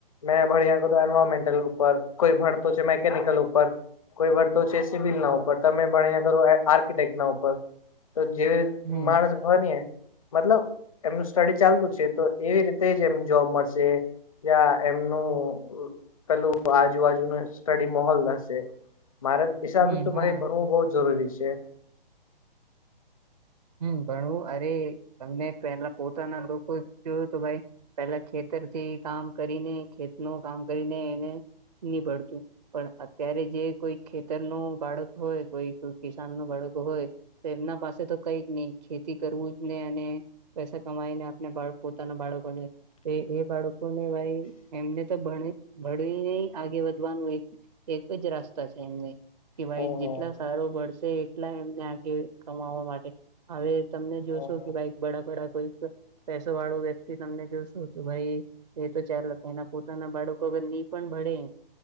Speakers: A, on the left; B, on the right.
A: મેં ભણી નાખ્યું એન્વાયરમેન્ટલ ઉપર કોઈ ભણતો છે મેકેનિકલ ઉપર કોઈ ભરતો છે સિવિલ ના ઉપર તમે ભણ્યા કરો આર્કિટેક્ટ ના ઉપર તો જેવી
B: હમ
A: માણસ હો મતલબ એમનું સ્ટડી ચાલતું છે તો એવી રીતે જ એમ જોબ મળશે. યા એમનું પેલું આજુબાજુ ન સ્ટડી માહોલ હશે મારે હિસાબે
B: હમ
A: તો
B: હા
A: ભાઈ ભણવું બહ જ જરૂરી છે.
B: હમ્મ ભણવું અરે તમને પેલા પોતાના લોકો જોયયો તો ભાઈ પેલા ખેતરથી કામ કરીને ખેત નુ કામ કરીને એને ઈનીભળતું પણ અત્યારે જે કોઈ ખેતર નું બાળકો હોય કોઈ કિસાન નુ બાળકો હોય તો એમના પાસે તો કઈક નહી ખેતી કરવું જ ને અને પૈસા કમાઈને આપણે પોતાના બાળકોને એ એ બાળકોને ભાઈ એમને તો ભ ભણવીને આગે વધવાનું એક જ રસ્તો છે એમને કે ભાઈ
A: હમ
B: જેટલા સારો ભણશે એટલા એમને આગે કમાવા માટે હવે તમને જોશો
A: હમ
B: કે ભાઈ બડાબડા કોઈક- પેસો વાળો વ્યક્તિ તમને જોશું તો ભાઈ- એ તો ચાલ એના પોતાના બાળકો અગર ની પણ ભળે-